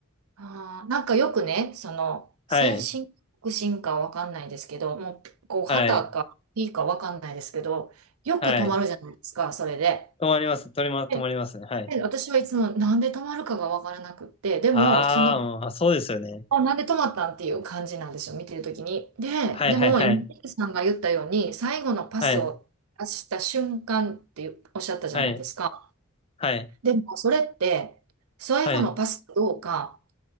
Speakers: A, on the right; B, on the left.
A: ああ、なんかよくね、その、
B: はい。
A: 先進か後進かわかんないですけど、もう、こう、
B: はい。
A: 旗か P かわかんないですけど、よく止まるじゃないですか、
B: はい。
A: それで。
B: 止まります。止ま、止まりますね。
A: で、
B: はい。
A: で私はいつもなんで止まるかがわからなくって、でも、
B: ああ、
A: その、
B: うんあ、そうですよね。
A: あ、なんで止まったんっていう感じなんですよ、見てるときに。で、
B: はいはいはい。
A: でも、今、リキさんが言ったように、最後のパスを出した瞬間っておっしゃったじゃないですか。
B: はい。はい。はい。
A: でも、それって、最後のパスかどうか、
B: はい。